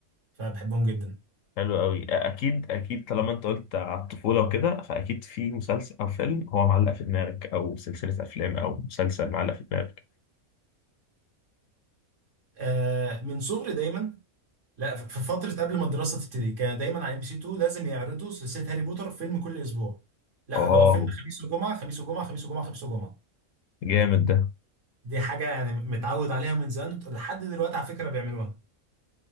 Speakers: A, on the right; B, on the left.
A: فبحبهم جدا
B: حلوه قوي آه اكيد اكيد طالما انت قلت على الطفوله وكده فاكيد في مسلسل او فيلم هو معلق في دماغك او سلسله افلام او مسلسل معلق في دماغك
A: آه من صغري دايما لا ف- في فتره قبل ما الدراسه تبتدي كان دايما على ام بي سي 2 لازم يعرضوا سلسله هاري بوتر فيلم كل اسبوع لا
B: واو
A: لو هو فيلم خميس وجمعه خميس وجمعه خميس وجمعه خميس وجمعه
B: جامد ده
A: دي حاجه يعني متعود عليها من زمان لحد دلوقتي على فكره بيعملوها